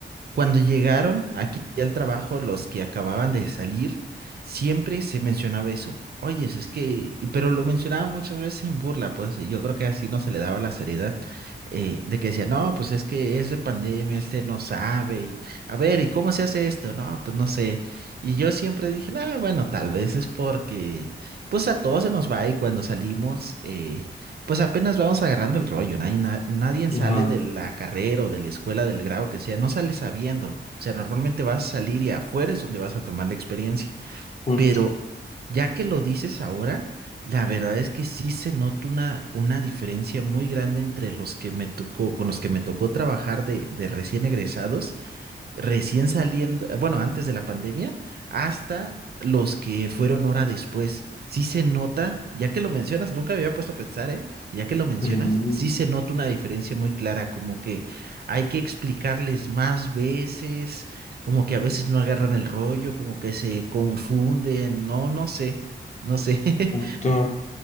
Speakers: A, on the right; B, on the left.
A: Cuando llegaron aquí al trabajo, los que acababan de salir, siempre se mencionaba eso. Oye, es que, y- pero lo mencionaban muchas veces en burla, pues, y yo creo que así no se le daba la seriedad eh, de que decía, no, pues es que es de pandemia, este no sabe, y a ver, ¿y cómo se hace esto? No, pues no sé. Y yo siempre dije, no, bueno, tal vez es porque, pues a todos se nos va y cuando salimos, eh, pues apenas vamos agarrando el rollo, nadie, na- nadie sale
B: ajá,
A: de la carrera o de la escuela, del grado que sea, no sale sabiendo. O sea, normalmente vas a salir y afuera es donde vas a tomar la experiencia.
B: justo.
A: Pero ya que lo dices ahora, la verdad es que sí se nota una, una diferencia muy grande entre los que me tocó, con los que me tocó trabajar de, de recién egresados recién saliendo, bueno, antes de la pandemia, hasta los que fueron hora después. Sí se nota, ya que lo mencionas, nunca me había puesto a pensar, ¿eh? Ya que lo mencionas,
B: Sí,
A: sí se nota una diferencia muy clara, como que hay que explicarles más veces, como que a veces no agarran el rollo, como que se confunden, no, no sé, no sé. <laughs>
B: justo.